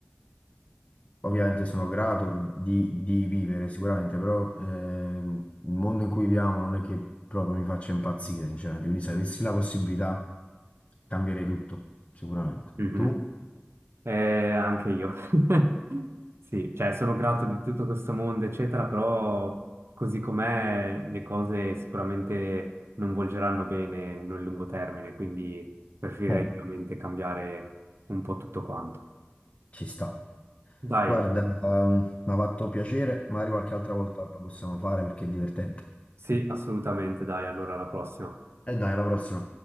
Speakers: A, on the left; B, on the right.
A: Ovviamente sono grato di, di vivere sicuramente, però eh, il mondo in cui viviamo non è che proprio mi faccia impazzire, sinceramente. Quindi se avessi la possibilità cambierei tutto, sicuramente.
B: mhm.
A: Tu?
B: Eh, anche io. <laughs> Sì, cioè sono grato di tutto questo mondo, eccetera, però così com'è le cose sicuramente non volgeranno bene nel lungo termine, quindi preferirei
A: Eh,
B: veramente cambiare un po' tutto quanto.
A: Ci sta.
B: Dai,
A: Guarda, ehm, mi ha fatto piacere, magari qualche altra volta lo possiamo fare perché è divertente.
B: sì, assolutamente, dai, allora alla prossima.
A: E dai, alla prossima.